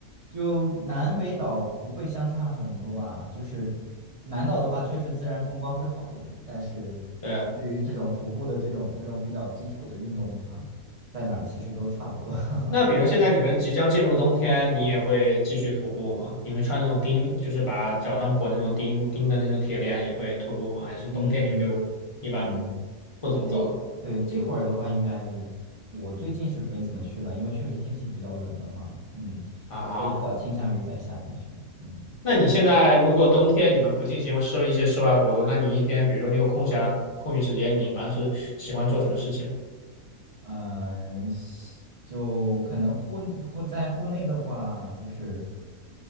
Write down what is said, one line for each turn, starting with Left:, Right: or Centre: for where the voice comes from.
Right: 就南北岛不会相差很多吧？就是南岛的话，确实自然风光会好一点，但是相对于这种徒步的这种这种比较基础的运动的话，
Left: 对。
Right: 在哪儿其实都差不多。<laughs>
Left: 那比如现在你们即将进入冬天，你也会继续徒步吗？你们穿那种钉，就是把脚上裹那种钉钉的那种铁链，也会徒步吗？还是冬天你们就一般
Right: 嗯嗯，
Left: 不怎么走了
Right: 这对这会儿的话，应该我最近是没怎么去了，因为确实天气比较冷了嘛。嗯，
Left: 啊？
Right: 我会比较倾向于在夏天去。嗯。
Left: 那你现在如果冬天你们不进行设一些室外活动，那你一天，比如说你有空暇空余时间，你一般是喜欢做什么事情？
Right: 嗯，西就可能户户在户内的话，就是